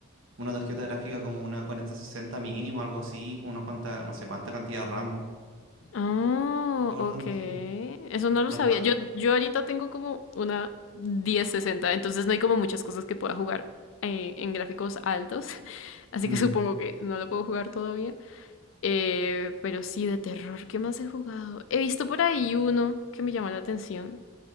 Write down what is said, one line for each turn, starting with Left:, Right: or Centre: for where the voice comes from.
Right: una tarjeta gráfica como una cuarenta sesenta mínimo, algo así, con una cuanta, no sé cuánta cantidad de RAM.
Left: Ah,
Right: Acordando,
Left: ok. Eso
Right: sí.
Left: no lo
Right: Lo
Left: sabía.
Right: está.
Left: Yo, yo ahorita tengo como una diez sesenta entonces no hay como muchas cosas que pueda jugar eh, en gráficos altos, <laughs> así
Right: Mm.
Left: que supongo que no lo puedo jugar todavía. Eh, pero sí, de terror, ¿qué más he jugado? He visto por ahí uno que me llama la atención.